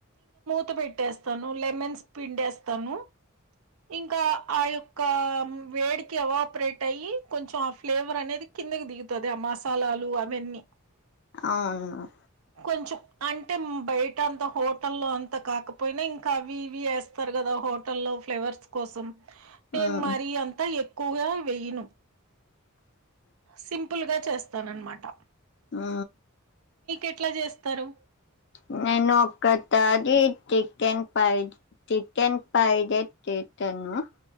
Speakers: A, on the right; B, on the left.
A: త పెట్టేస్తాను లెమన్స్ పిండేస్తాను ఇంకా ఆ యొక్క వేడికి అవాపరేట్ అయ్యి కొంచెం ఆ ఫ్లేవర్ అనేది కిందకి దిగుతుంది ఆ మసాలాలు అవన్నీ
B: అవును
A: కొంచెం అంటే బయట అంత హోటల్లో అంత కాకపోయినా ఇంకా అవి ఇవి వేస్తారు కదా హోటల్ లో ఫ్లేవర్స్ కోసం నేను
B: మ్మ్
A: మరి అంతా ఎక్కువగా వేయ్యను సింపుల్ గా చేస్తాను అనమాట
B: ఆ
A: ఎట్లా చేస్తారు
B: ఆ ననుక్కత అది చికెన్ ఫైడ్ చికెన్ ఫైడ్ తీతాను ఆ